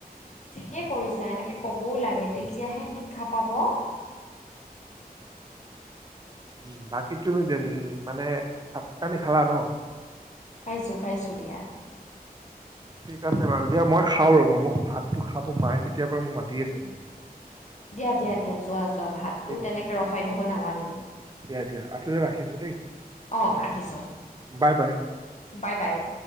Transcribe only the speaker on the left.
ঠিকে কৰিছা এনেকে ক'বও লাগে তেতিয়াহে শিক্ষা পাব।
খাইছো-খাইছো দিয়া।
দিয়া- দিয়া -দিয়া যোৱা যোৱা ভাতো
তেনেকে ৰখাই থব নালাগে
অঁ, ৰাখিছো
বাই - বাই।